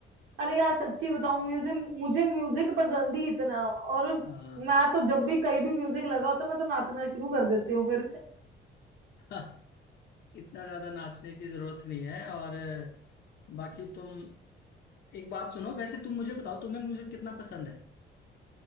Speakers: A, on the right; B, on the left.
A: अरे यार सच्ची बताऊं म्यूजिक मुझे म्यूजिक पसंद ही इतना और
B: हाँ
A: मैं तो जब भी कहीं भी म्यूजिक लगा होता है, मैं तो नाचना शुरू कर देती हूँ फिर
B: <laughs> इतना ज्यादा नाचने की जरूरत नहीं है और बाकी तुम एक बात सुनो वैसे तुम मुझे बताओ तुम्हें म्यूजिक कितना पसंद है